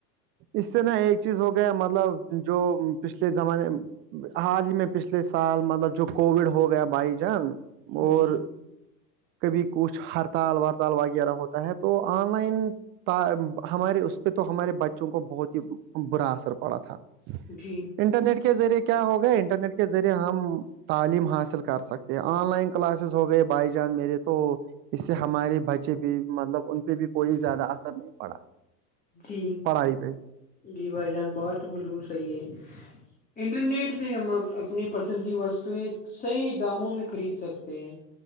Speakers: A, on the right; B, on the left.
A: اس سے نا ایک چیز ہو گیا مطلب جو پچھلے زمانے حال ہی میں پچھلے سال مطلب جو کووڈ ہو گیا بھائی جان
B: جی
A: اور کبھی کچھ ہڑتال وڑتال وغیرہ ہوتا ہے تو آن لائن ہمارے اس پہ تو ہمارے بچوں کو بہت ہی برا اثر پڑا تھا
B: جی
A: انٹرنیٹ کے ذریعے کیا ہوگا انٹرنیٹ کے ذریعے ہم تعلیم حاصل کر سکتے ہیں آن لائن کلاسز ہو گئے بھائی جان میرے تو اس سے ہمارے بچے بھی مطلب ان پہ بھی کوئی زیادہ اثر نہیں پڑا
B: جی
A: پڑھائی پہ
B: جی بھائی جان بات تو بلکل صحیح ہے انٹرنیٹ سے ہم اپنی پسند کی وستویں صحیح داموں میں خرید سکتے ہیں